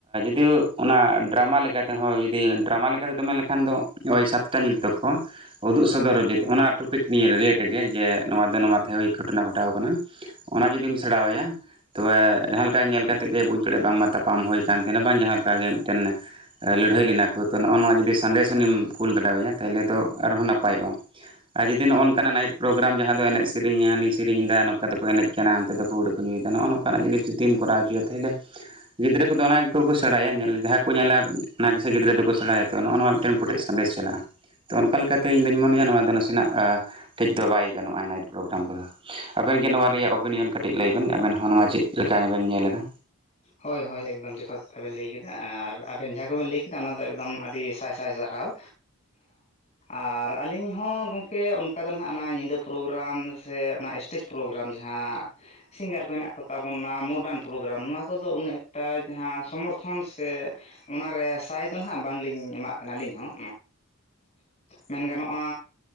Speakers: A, on the right; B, on the left.
A: <unintelligible> ᱚᱱᱟ ᱰᱨᱟᱢᱟ ᱞᱮᱠᱟ ᱞᱮᱠᱟᱛᱮᱦᱚᱸ ᱡᱩᱫᱤ ᱰᱨᱟᱢᱟ ᱞᱮᱠᱟ ᱛᱮᱫᱚ ᱢᱮᱱ ᱞᱮᱠᱷᱟᱱ ᱫᱚ ᱳᱭ ᱥᱟᱛᱴᱟ ᱧᱤᱫᱟᱹ ᱩᱫᱩᱜ ᱥᱚᱫᱚᱨ
B: ᱦᱳᱭ
A: ᱤᱫᱟᱹᱧ ᱯᱤᱠᱱᱤᱠ ᱨᱤᱞᱮᱴᱮᱰ ᱜᱮ ᱡᱮ ᱱᱚᱣᱟ ᱫᱚ ᱱᱚᱣᱟ ᱛᱟᱦᱮᱸ ᱦᱩᱭ ᱜᱷᱚᱴᱚᱱᱟ ᱜᱷᱚᱴᱟᱣ ᱠᱟᱱᱟ ᱚᱱᱟ ᱡᱩᱫᱤᱢ ᱥᱮᱬᱟᱣ ᱟᱭᱟ ᱛᱚ ᱵᱮ ᱡᱟᱦᱟᱸ ᱞᱮᱠᱟ ᱧᱮᱞ ᱠᱟᱛᱮᱜ ᱜᱮ ᱵᱩᱡᱽ ᱫᱟᱲᱮ ᱭᱟᱜ ᱵᱟᱝ ᱢᱟ ᱛᱟᱯᱟᱢ ᱦᱩᱭ ᱠᱟᱱ ᱛᱟᱦᱮᱱ ᱟ ᱵᱟᱝ ᱡᱟᱦᱟᱸ ᱞᱮᱠᱟᱜᱮ ᱢᱤᱫ ᱴᱮᱱ ᱞᱟᱹᱲ ᱦᱟᱹᱭ ᱞᱮᱱᱟ ᱠᱚ ᱛᱚ ᱱᱚᱜᱼᱚ ᱱᱚᱣᱟ ᱡᱩᱫᱤ ᱥᱟᱸᱫᱮᱥ ᱚᱱᱤᱢ ᱠᱩᱞ ᱫᱟᱲᱮ ᱟᱭᱟ ᱛᱟᱦᱞᱮ ᱫᱚ ᱟᱨ ᱦᱚᱸ ᱱᱟᱯᱟ ᱭᱚᱜᱼᱟ᱾ ᱟᱨ ᱡᱩᱫᱤ ᱱᱚᱜᱼ ᱱᱚᱠᱟ ᱱᱟᱭᱤ ᱯᱨᱳᱜᱨᱟᱢ ᱡᱟᱦᱟᱸ ᱫᱚ ᱮᱱᱮᱡ ᱥᱮᱨᱮᱧ ᱥᱮᱨᱮᱧ ᱮᱫᱟ ᱱᱚᱝᱠᱟ ᱫᱚᱠᱚ ᱮᱱᱮᱡ ᱠᱟᱱᱟ ᱦᱟᱱᱛᱮ ᱫᱚ ᱯᱟᱹᱣᱨᱟᱹ ᱠᱚ ᱧᱩᱭᱮᱫᱟ ᱱᱚᱜᱼᱚ ᱱᱚᱝ ᱠᱟ ᱱᱟᱜ ᱡᱤᱱᱤᱥ ᱡᱩᱫᱤᱢ ᱠᱚᱨᱟᱣ ᱦᱚᱪᱚᱭᱟ ᱛᱟᱦᱚᱞᱮ ᱜᱤᱫᱽᱨᱟᱹ ᱠᱚᱫᱚ ᱚᱱᱟ ᱠᱚ ᱥᱮᱬᱟᱭᱟ ᱡᱟᱦᱟᱸ ᱠᱚ ᱧᱮᱞᱟ ᱚᱱᱟ ᱥᱮ ᱜᱤᱫᱽᱨᱟᱹ ᱫᱚᱠᱚ ᱥᱮᱬᱟᱭᱟᱚ ᱱᱚᱜᱼᱚ ᱱᱚᱣᱟ ᱢᱤᱫᱴᱮᱱ ᱠᱚᱴᱮᱡ ᱥᱟᱸᱫᱮᱥ ᱪᱟᱞᱟᱜᱼᱟ᱾ ᱛᱚ ᱚᱱᱠᱟ ᱞᱮᱠᱟᱛᱮ ᱤᱧ ᱫᱩᱧ ᱢᱚᱱᱮᱭᱟ ᱱᱚᱣᱟ ᱫᱚ ᱱᱟᱥᱮᱱᱟᱜ ᱴᱷᱤᱠ ᱫᱚ ᱵᱟᱭ ᱜᱟᱱᱚᱜᱼᱟ ᱱᱟᱭᱤᱴ ᱯᱨᱳᱜᱨᱟᱢ ᱠᱚᱫᱚ᱾ ᱟᱵᱮᱱ ᱜᱮ ᱱᱚᱣᱟ ᱨᱮᱭᱟᱜ ᱚᱯᱤᱱᱤᱭᱚᱱ ᱠᱟᱹᱴᱤᱡ ᱞᱟᱹᱭ ᱵᱮᱱ ᱟᱵᱮᱱ ᱦᱚᱸ ᱱᱚᱣᱟ ᱪᱮᱫ ᱞᱮᱠᱟ ᱵᱮᱱ ᱧᱮᱞ ᱮᱫᱟ᱾
B: ᱦᱳᱭ ᱦᱳᱭ ᱮᱠᱫᱚᱢ ᱡᱚᱛᱷᱟᱛ ᱠᱟᱛᱷᱟ ᱵᱮᱱ ᱞᱟᱹᱭ ᱠᱮᱫᱟ ᱟᱨ ᱟᱵᱮᱱ ᱡᱟᱦᱟᱸ ᱠᱚᱵᱮᱱ ᱞᱟᱹᱭ ᱠᱮᱫᱟ ᱚᱱᱟ ᱫᱚ ᱮᱠᱫᱚᱢ ᱟᱰᱤ ᱥᱟᱭ ᱥᱟᱭ ᱥᱟᱨᱦᱟᱣ ᱟᱨ ᱟᱹᱞᱤᱧ ᱦᱚᱸ ᱜᱚᱢᱠᱮ ᱚᱱᱠᱟ ᱫᱚ ᱱᱟᱦᱟᱜ ᱚᱱᱟ ᱧᱤᱫᱟᱹ ᱯᱨᱳᱜᱨᱟᱢ ᱥᱮ ᱚᱱᱟ ᱮᱥᱴᱮᱡ ᱯᱨᱳᱜᱨᱟᱢ ᱡᱟᱦᱟᱸ ᱥᱤᱝᱜᱟᱨ ᱠᱚ ᱦᱮᱱᱟᱜ ᱠᱚ ᱛᱟᱵᱚᱱᱟ ᱢᱳᱰᱟᱱ ᱯᱨᱳᱜᱨᱟᱢ ᱱᱚᱣᱟ ᱠᱚ ᱫᱚ ᱩᱱᱟᱹᱜ ᱮᱠᱴᱟ ᱡᱟᱦᱟᱸ ᱥᱚᱢᱚᱨᱛᱷᱚᱱ ᱥᱮ ᱚᱱᱟᱨᱮ ᱥᱟᱭ ᱫᱚ ᱦᱟᱸᱜ ᱵᱟᱝᱞᱤᱧ ᱮᱢᱟᱜ ᱠᱟᱱᱟ ᱟᱹᱞᱤᱧ ᱦᱚᱸ ᱢᱮᱱ ᱜᱟᱱᱚᱜᱼᱟ